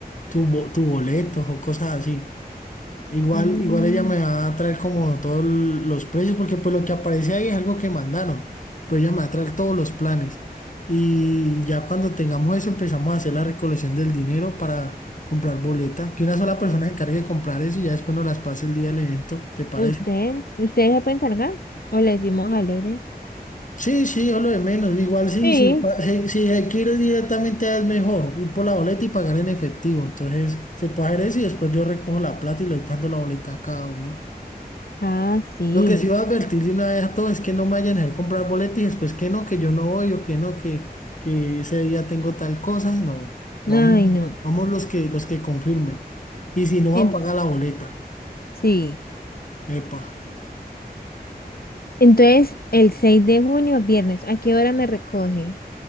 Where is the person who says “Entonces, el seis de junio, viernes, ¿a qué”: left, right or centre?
Left